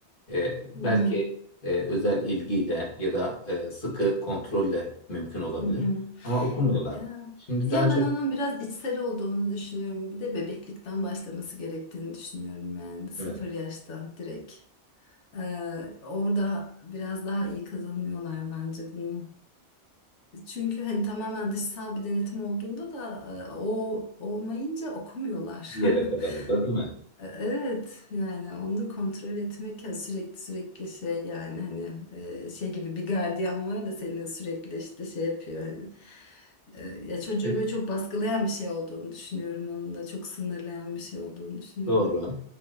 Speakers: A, on the left (about 50°); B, on the left (about 80°).
A: E,
B: Hı
A: belki
B: hı.
A: e, özel ilgiyle ya da e, sıkı kontrolle mümkün olabilir.
B: Hı hı.
A: Ama okumuyorlar.
B: Ya,
A: Şimdi
B: ya
A: daha çok
B: ben onun biraz içsel olduğunu düşünüyorum. Bir de bebeklikten başlaması gerektiğini düşünüyorum yani sıfır
A: evet,
B: yaştan direkt. Ee, orada biraz daha iyi kazanıyorlar bence bunu. Çünkü hani tamamen dışsal bir denetim olduğunda da e, o olmayınca okumuyorlar.
A: bir yere kadar
B: <laughs>
A: o da değil mi?
B: E- Evet yani onu da kontrol etmek ya sürekli sürekli şey yani hani e, şey gibi bir gardiyan var da seni sürekli işte şey yapıyor hani E, ya çocuğu
A: Evet.
B: böyle çok baskılayan bir şey olduğunu düşünüyorum onun da çok sınırlayan bir şey olduğunu düşünüyorum.
A: Doğru.